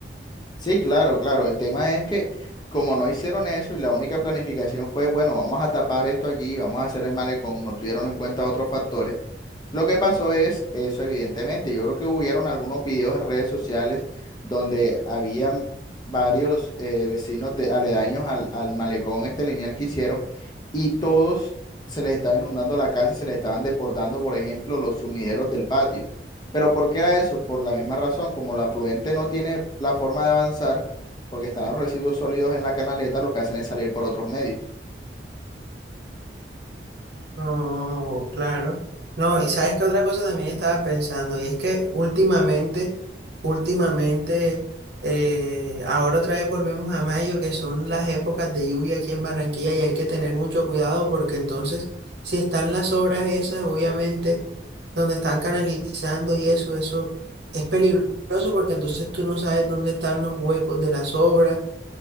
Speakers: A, on the left; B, on the right.
A: Sí, claro, claro. El tema es que como no hicieron eso y la única planificación fue, bueno, vamos a tapar esto aquí, vamos a hacer el malecón, no tuvieron en cuenta otros factores. Lo que pasó es eso, evidentemente. Yo creo que hubieron algunos videos en redes sociales donde habían varios eh, vecinos de, aledaños al, al malecón, este lineal que hicieron, y todos se les estaba inundando la casa y se les estaban desbordando, por ejemplo, los sumideros del patio. Pero ¿por qué era eso? Por la misma razón, como la afluente no tiene la forma de avanzar, porque están los residuos sólidos en la canaleta, lo que hacen es salir por otros medios.
B: No, claro. No, y sabes que otra cosa también estaba pensando, y es que últimamente, últimamente, eh, ahora otra vez volvemos a mayo, que son las épocas de lluvia aquí en Barranquilla, y hay que tener mucho cuidado porque entonces, si están las obras esas, obviamente, donde están canalizando y eso, eso es peligroso porque entonces tú no sabes dónde están los huecos de las obras